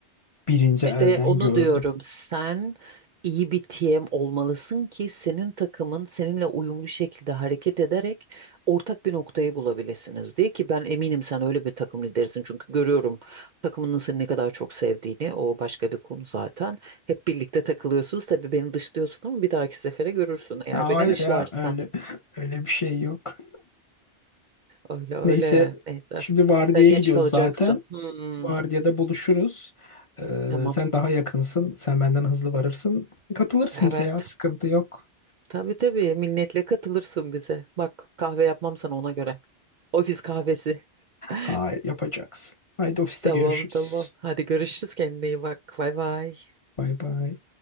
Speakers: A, on the left; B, on the right.
A: birinci
B: İşte
A: elden
B: onu
A: gördüm.
B: diyorum. Sen iyi bir TM olmalısın ki senin takımın seninle uyumlu şekilde hareket ederek ortak bir noktayı bulabilirsiniz diye ki ben eminim sen öyle bir takım liderisin çünkü görüyorum takımının seni ne kadar çok sevdiğini o başka bir konu zaten. Hep birlikte takılıyorsunuz tabii beni dışlıyorsun ama bir dahaki sefere görürsün eğer
A: Hayır
B: beni dışlarsan.
A: ya öyle öyle bir şey yok.
B: Öyle öyle
A: Neyse
B: neyse.
A: şimdi vardiyaya
B: Sen geç
A: gidiyoruz
B: kalacaksın.
A: zaten.
B: Hmm,
A: Vardiyada buluşuruz. Ee,
B: tamam.
A: sen daha yakınsın. Sen benden hızlı varırsın. Katılırsın
B: Evet.
A: bize ya sıkıntı yok.
B: Tabii tabii minnetle katılırsın bize. Bak kahve yapmam sana ona göre. Ofis kahvesi. <laughs>
A: Hayır yapacaksın. Haydi ofiste
B: Tamam
A: görüşürüz.
B: tamam. Hadi görüşürüz kendine iyi bak. Bay bay.
A: Bay bay.